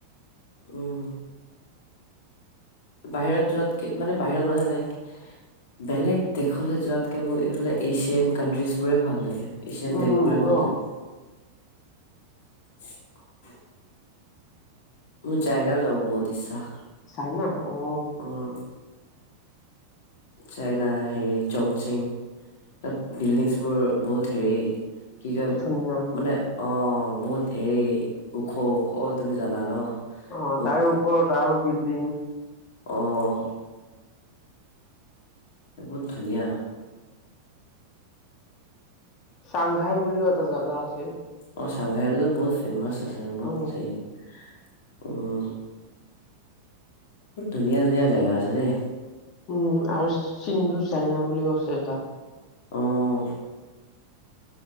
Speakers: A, on the left; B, on the left.
A: উম, বাহিৰত যোৱাত কে মানে বাহিৰত মানে লাইক বেলেগ দেশলৈ যোৱাতকে মোক এইফালে এছিয়ান কাণ্ট্ৰিজবোৰে ভাল লাগে। এছিয়ান
B: উম
A: দেশবোৰে
B: মোৰো
A: ভাল লাগে। <inaudible> মোৰ চাইৰাও যাব বহুত ইচ্ছা।
B: চাইনা অ'।
A: উম, চাইনা হেৰি চংচিং। তাত বিল্ডিংছবোৰ বহুত হেৰি। কি ক
B: ধুনীয়া
A: মানে অ', বহুত হেৰি ওখ ওখ অ', তুমি জানা ন'।
B: অ',
A: বহুত
B: তাৰে ওপৰত আৰু বিল্ডিং।
A: আহ। বহুত ধুনীয়া।
B: চাংঘাই বুলিও এটা জাগা আছে।
A: অ', চংঘাইততো বহুত ফেমচ আছে বহুত
B: অ
A: <inaudible> উম, ধুনীয়া ধুনীয়া জেগা আছে দেই।
B: উম, আৰু চিন্ধু চাইনা বুলিও আছে এটা।
A: অহ।